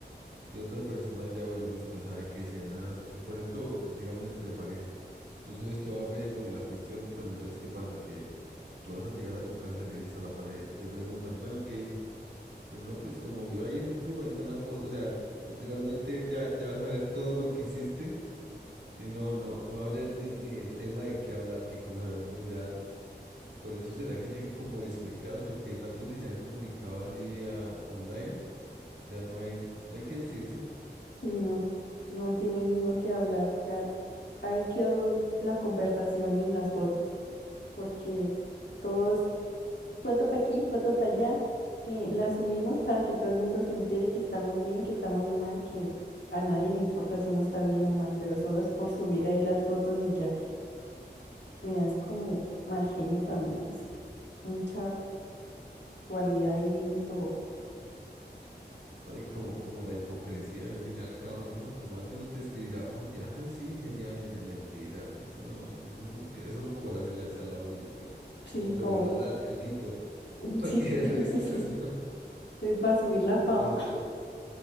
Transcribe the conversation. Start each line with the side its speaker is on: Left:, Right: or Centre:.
Right: y otra persona ya, bueno, listo, sabe que cenaste, por ejemplo, eh, digamos, entre parejas, tú subes todo a Facebook, la cuestión, pero entonces, ¿qué pasa? Que tú vas a llegar a tu casa y le dices a la pareja, te preguntan, bueno, ¿qué hizo? Pero no, pues como vio ahí en el Facebook, ahí están las fotos. O sea, literalmente él ya, ya va a saber todo lo que hiciste y no, no, no va a hablar ni, ni de tema de qué hablar, qué cosa, hombre, ya. Por eso será que llegan como desubicados, porque tanto que se han comunicado así vía online, ya no hay, no hay que decirse.
Left: Y no, no tiene uno que hablar. Ya ahí quedó la conversación en las fotos. porque todos, foto para aquí, foto para allá, eh, la subimos para que todo el mundo se entere que estamos bien, que estamos mal, que a nadie le importa si uno está bien o mal, pero solo es por subir ahí las fotos y ya. Mira, es como mal genio también eso, mucha virtualidad ahí en todo.
Right: ¿no? Y como, como la hipocresía, al fin y al cabo, ¿no? Porque más de uno te escribirá, oye, ay, sí, genial, genial, mentiras, eso no, eso es mentira, eso es solo como para hacer la charla a uno, yo creo,
Left: Sí,
Right: como
Left: como,
Right: por hablar al, alguito, <laughs>
Left: <laughs>
Right: porque
Left: sí,
Right: el
Left: <laughs>
Right: resto no.
Left: para subir la fama.
Right: No es lo,